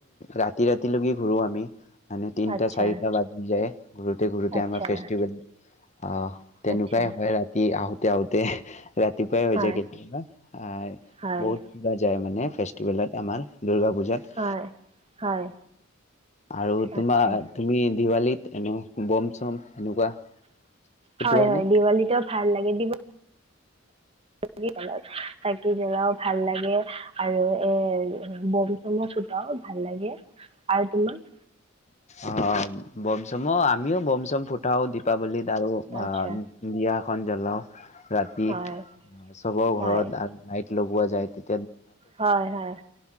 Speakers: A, on the left (about 35°); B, on the right (about 30°).
A: ৰাতি ৰাতি ৰাতিলৈকে ঘূৰো আমি মানে তিনিটা
B: আচ্ছা
A: চাৰিটা বাজি যায় ঘূৰোতে ঘূৰোতে
B: আচ্ছা
A: আমাৰ ফেষ্টিভেল অ তেনেকুৱাই
B: আচ্ছা
A: হয় ৰাতি আহোঁতে আহোঁতে ৰাতিপুৱাই হৈ
B: হয়
A: যায় কেতিয়াবা আহ
B: হয়
A: বহুত কিবা যায় মানে ফেষ্টিভেলত আমাৰ পূজাত
B: হয় হয়
A: আৰু তোমাৰ
B: আচ্ছা
A: তুমি দিৱালীত এনে বম চম এনেকুৱা ফুটোৱা
B: হয় হয়
A: নে
B: দিৱলীটো ভাল লাগে দি <unintelligible> চাকি জ্বলাও ভাল লাগে আৰু এৰ বম চমো ফুটাও ভাল লাগে আৰু তোমাৰ
A: অ বম চমো আমিও বম চম ফুট ফুটাও দীপাৱলীত আৰু <unintelligible>
B: আচ্ছা
A: <unintelligible> জ্বলাও ৰাতি
B: হয়
A: চবৰ
B: হয়
A: ঘৰত নাইট লগোৱা যায় তেতি
B: হয় হয়